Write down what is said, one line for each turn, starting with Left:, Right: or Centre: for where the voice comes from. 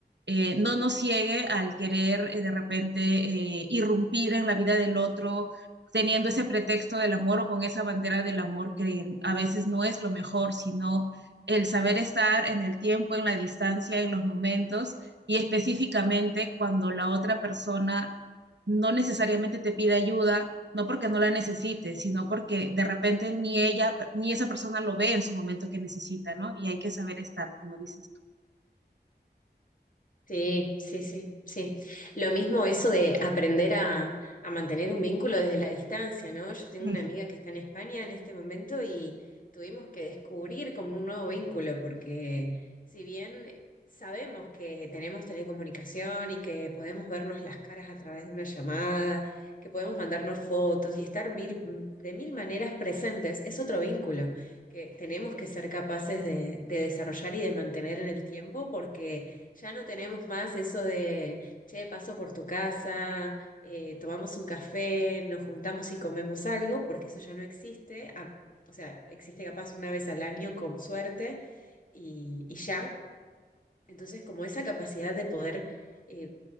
Right: eh, no nos ciegue al querer eh, de repente eh, irrumpir en la vida del otro teniendo ese pretexto del amor o con esa bandera del amor que a veces no es lo mejor, sino el saber estar en el tiempo, en la distancia, en los momentos y específicamente cuando la otra persona no necesariamente te pide ayuda, no porque no la necesite, sino porque de repente ni ella, ni esa persona lo ve en su momento que necesita, ¿no? Y hay que saber estar, como dices
Left: Sí, sí, sí, sí. Lo mismo eso de aprender a, a mantener un vínculo desde la distancia, ¿no? Yo tengo
Right: tú.
Left: una amiga que está en España en este momento y tuvimos que descubrir como un nuevo vínculo, porque si bien sabemos que tenemos telecomunicación y que podemos vernos las caras a través de una llamada, que podemos mandarnos fotos y estar mil, de mil maneras presentes, es otro vínculo que tenemos que ser capaces de de desarrollar y de mantener en el tiempo porque ya no tenemos más eso de, che, paso por tu casa, eh, tomamos un café, nos juntamos y comemos algo, porque eso ya no existe. Ah, o sea, existe capaz una vez al año con suerte y, y ya. Entonces, como esa capacidad de poder eh,